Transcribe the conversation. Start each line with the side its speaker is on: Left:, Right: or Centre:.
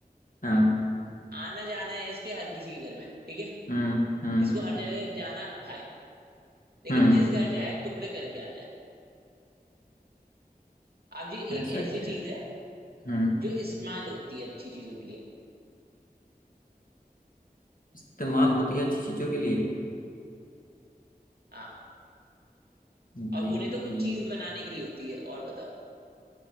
Left: हाँ
Right: आना जाना है इसके हर किसी के घर में ठीक है
Left: हम्म हम्म
Right: इसको हर जगह जाना भाई लेकिन
Left: हम्म
Right: जिस घर जाए टुकड़े करके आ जाए अब ये एक
Left: ऐसा
Right: ऐसी
Left: क्या
Right: चीज
Left: है
Right: है
Left: हम्म
Right: जो इस्तेमाल होती है अच्छी चीजों के लिए
Left: इस्तेमाल होती है अच्छी चीजों के लिए
Right: हाँ
Left: भाई
Right: और बोले
Left: ये
Right: तो कुछ चीज बनाने के लिए होती है और बताओ